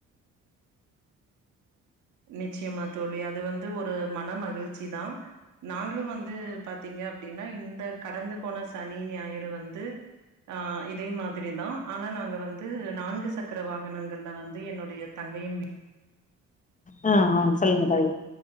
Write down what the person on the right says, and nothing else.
நிச்சியம்மா தோழி அது வந்து ஒரு மன மகிழ்ச்சி தா நாங்ளு வந்து பாத்தீங்க அப்டினா இந்த கடந்து போன சனி ஞாயிறு வந்து ஆ இதே மாதுரிதா ஆனா நாங்க வந்து நான்கு சக்கர வாகனங்கள்ல வந்து என்னுடைய தங்கயின் வீ